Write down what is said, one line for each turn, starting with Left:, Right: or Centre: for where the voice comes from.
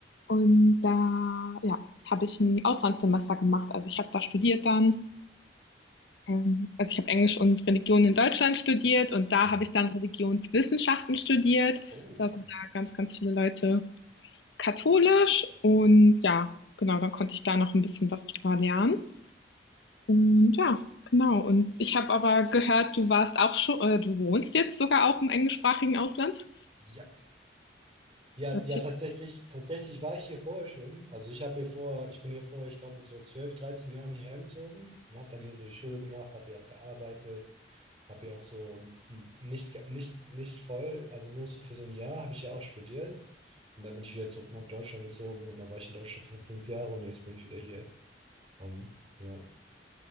Left: Und da, ja, habe ich ein Auslandssemester gemacht. Also ich habe da studiert dann. Ähm, Also ich habe Englisch und Religion in Deutschland studiert und da
Right: Mhm.
Left: habe ich dann Religionswissenschaften studiert.
Right: Oh,
Left: Da sind ja ganz, ganz viele Leute katholisch. Und ja, genau, dann konnte ich da noch ein bisschen was drüber lernen. Und ja, genau. Und ich habe aber gehört, du warst auch schon, äh, du wohnst jetzt sogar auch im englischsprachigen Ausland.
Right: ja. Ja,
Left: Erzähl
Right: ja, tatsächlich, tatsächlich war ich hier vorher schon. Also ich habe hier vor, ich bin hier vor, ich glaube, so 12, 13 Jahren hierher gezogen und habe dann hier so die Schule gemacht, habe hier auch gearbeitet, habe hier auch so m- nicht, ge- nicht, nicht voll, also nur so für so ein Jahr habe ich ja auch studiert. Und dann bin ich wieder zurück nach Deutschland gezogen und da war ich in Deutschland für fünf Jahre und jetzt bin ich wieder hier. Ähm, ja.